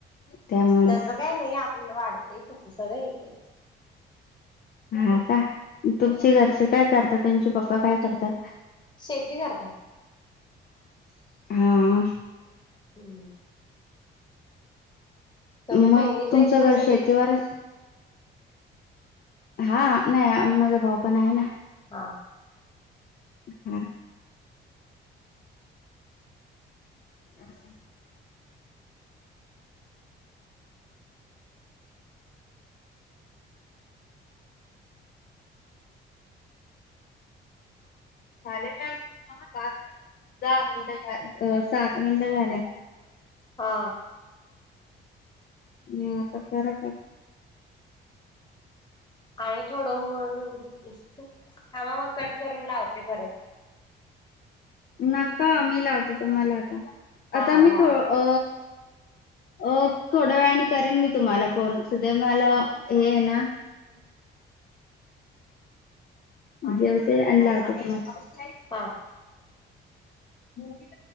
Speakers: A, on the left; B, on the left.
A: त्यामुळे
B: तस काय नाही आपल्याला वाटत ते तस सगळं एकच
A: हा का तुमचे घरचे काय करतात तुमचे पप्पा काय करतात
B: शेती करता
A: हा
B: हम्म तुम्ही
A: मग
B: बहिणीच
A: तुमचं
B: आहेत मग
A: घर
B: सगळी
A: शेतीवर हा नाही माझा भाऊ पण आहे ना
B: हा
A: हा अच्छा झाले मॅ पा दहा मिनिट झा सात मिनटं झाले
B: हा
A: हता खर
B: आणि थोडं होळ देखील ांबा मग कट करून लावतो ते परत
A: नका मी लावते तुम्हाला आता
B: हा
A: आता मी
B: लाव
A: थो अ अ थोड्या वेळाने करेन मी तुम्हाला फोन सध मला हे आहे ना जे होते आणिलाते <unintelligible>
B: हा
A: <inaudible> मवी